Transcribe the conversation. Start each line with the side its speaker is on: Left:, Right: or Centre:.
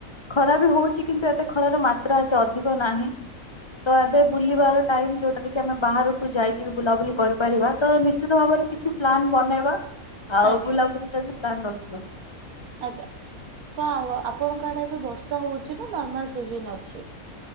Left: ଖରା ବି ହୋଉଛି। କିନ୍ତୁ ଏତେ ଖରାର ମାତ୍ରା ଏତେ ଅଧିକ ନାହିଁ। ତ ଏବେ ବୁଲିବାର ଟାଇମ୍। ଯୋଉଟାରେ କି ଆମେ ବାହାରକୁ ଯାଇକି ବି ବୁଲାବୁଲି କରିପାରିବା। ତ ନିଶ୍ଚିତ ଭାବରେ କିଛି ପ୍ଲାନ୍ ବନେଇବା। ଆଉ
Right: ଆଜ୍ଞା
Left: ବୁଲାବୁଲି ଟା ବି ପ୍ଲାାନ ରଖିବା।
Right: ଆଜ୍ଞା। ତ ଆପଣଙ୍କ ଆଡେ ଏବେ ବର୍ଷା ହୋଉଛି ନା ନର୍ମାଲ ସିଜିନ୍ ଅଛି?